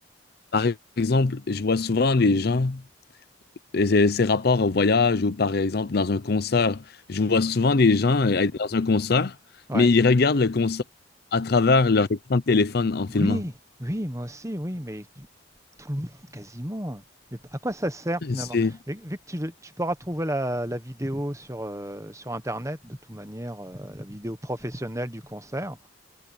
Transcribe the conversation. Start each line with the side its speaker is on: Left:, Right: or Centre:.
Left: Par exemple, je vois souvent des gens, et c'est c'est rapport au voyage ou par exemple dans un concert, je vois
Right: mm.
Left: souvent des gens être dans un concert,
Right: Ouais.
Left: mais ils regardent le concert à travers leur écran de téléphone en filmant.
Right: Oui, oui, moi aussi, oui, mais Tout le monde, quasiment. Mais à quoi ça sert finalement?
Left: C'est,
Right: Vu, vu que tu, le- tu pourras trouver la, la vidéo sur, euh, sur Internet, de toute manière, euh, la vidéo professionnelle du concert,